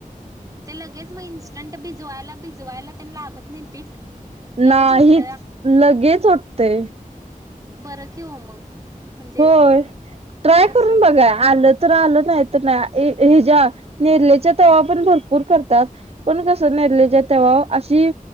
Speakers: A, on the right; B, on the right.
A: ते लगेच मग इन्स्टंट भिजवायला भिजवायला त्यांना लागत नाही पीठ लगेच
B: नाहीच
A: उठतय
B: लगेच होतय
A: बरं कि हो मग म्हणजे
B: होय ट्राय
A: तसं
B: करून बघा आलं तर आलं नाही ह नेरल्याच्या तवा्हा पण भरपूर करतात पण कस नेल्याच्या अशी